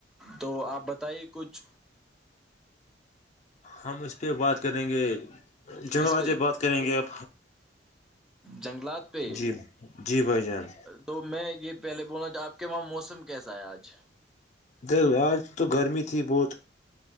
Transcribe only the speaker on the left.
ہم اس پہ بات کریں گے جنگلاتے
بات کریں گے اب
جی جی بھائی جان
دھر آج تو گرمی تھی بہت